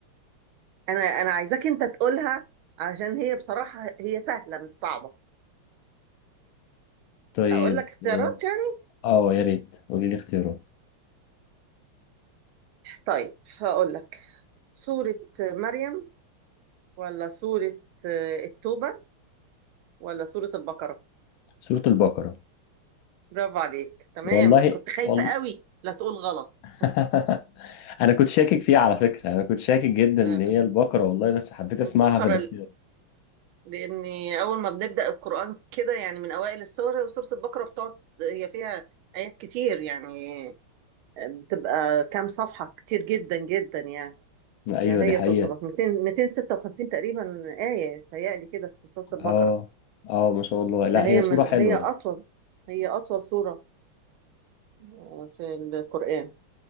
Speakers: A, on the right; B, on the left.
A: انا انا عايزاك انت تقولها علشان هي بصراحة هي سهلة مش صعبة
B: طيب
A: اقول لك اختيارات
B: اه
A: يعني
B: آه، يا ريت قولي لي اختيارات
A: طيب هقول لك سورة مريم ولا سورة آه، التوبة ولا سورة البقرة
B: سورة البقرة
A: برافو عليك تمام
B: والله
A: كنت خايفة
B: والله
A: قوي لا تقول غلط
B: <laughs> انا كنت شاكك فيها على فكرة انا كنت شاكك جدا
A: لا
B: ان
A: لا
B: هي البقرة والله بس حبيت اسمعها
A: البقرة
B: في الاختيار
A: لاني اول ما بنبدا القران كده يعني من اوائل السور سوره البقره بتقعد هي فيها ايات كتير يعني بتبقى كام صفحه كتير جدا جدا يعني
B: ايوه
A: فهي
B: دي حقيقة
A: سوره البقره 200 256 تقريبا ايه تهيألي كده في سوره البقره
B: اه اه ما شاء الله لا
A: فهي
B: هي صورة
A: من
B: حلوة
A: هي اطول هي اطول سوره آه، في القران